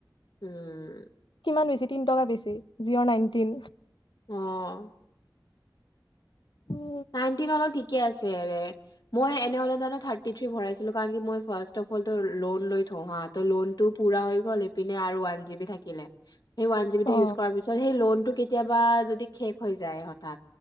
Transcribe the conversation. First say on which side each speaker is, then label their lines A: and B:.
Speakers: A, on the left; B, on the left.
A: উম
B: ইমান বেজি তিন টকা বেছি Jio nineteen
A: uh
B: um
A: nineteen হলো ঠিকে আছে ৰে মই এনেই হলে জান থাৰ্টি থি ভৰাইছিলো কাৰণ কি মই ফাৰ্ষ্ট অ ফলটো লোন লৈ থও হা লোনতো পূৰা হৈ গল ইপিনে আৰু ওৱান জিবি থাকিলে সেই ৱান জিবিটো
B: অ
A: ইউজ কৰাৰ পিছত সেই লোন টো কেতিয়াবা যদি শেষ হৈ যায় হঠাৎ